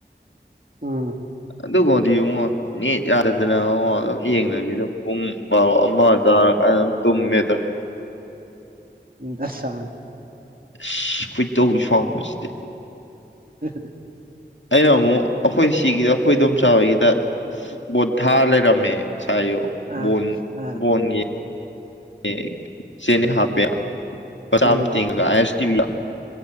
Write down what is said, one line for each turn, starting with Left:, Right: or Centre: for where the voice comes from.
Right: ꯑꯝ
Left: ꯑꯗꯨꯐꯧꯗꯤ ꯌꯦꯡꯉꯣ ꯅꯦꯠ ꯌꯥꯗꯗꯅꯉꯣ ꯑꯗꯨꯝ ꯌꯦꯡꯗꯕꯤꯗ ꯄꯨꯡ ꯄꯥꯎ ꯑꯃ ꯇꯥꯔ ꯑꯗꯨꯝ ꯇꯨꯝꯃꯦꯗ
Right: ꯗꯥꯁꯟ
Left: ꯑꯁ ꯈꯣꯏꯗꯧ ꯁꯎꯕꯥꯁꯗꯤ
Right: <unintelligible>
Left: ꯑꯩꯅ ꯑꯃꯨꯛ ꯑꯈꯣꯏ ꯁꯤꯒꯤꯗ ꯑꯈꯣꯏ ꯗꯣꯝꯆꯥꯥ ꯈꯣꯏꯒꯤꯗ ꯕꯣ ꯊꯥ ꯂꯩꯔꯝꯃꯦ ꯁꯥꯌꯣ
Right: ꯑꯥ
Left: ꯕꯣꯟ
Right: ꯑꯥ
Left: ꯕꯣꯟꯒꯤ ꯑꯛ ꯆꯦꯅꯤ ꯍꯞꯄꯦ ꯂꯨꯄꯥ ꯆꯥꯃꯥ
Right: ꯎꯝ
Left: ꯇꯤꯡꯑꯒ ꯑꯥꯏ ꯑꯦꯁ ꯇꯤ ꯚꯤ ꯗ